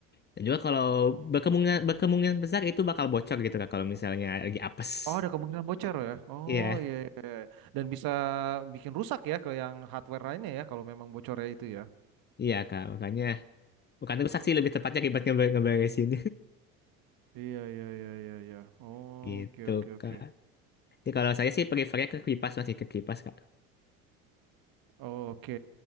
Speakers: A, on the left (about 25°); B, on the right (about 55°).
A: Dan juga kalau berkemungkinan, berkemungkinan besar itu bakal bocor gitu Kak, kalau misalnya lagi apes.
B: Oh, ada kemungkinan bocor ya. Oh
A: Iya.
B: iya, iya. Dan bisa bikin rusak ya ke yang hardware lainnya ya kalau memang bocornya itu ya.
A: Iya kak, makanya bukan rusak sih lebih tepatnya ribet ngeber ngeberesin
B: Iya, iya, iya, iya, iya. Oke,
A: <laughs> gitu
B: oke, oke.
A: kak. Jadi kalau saya sih prefernya ke kipas masih ke kipas kak.
B: Oke,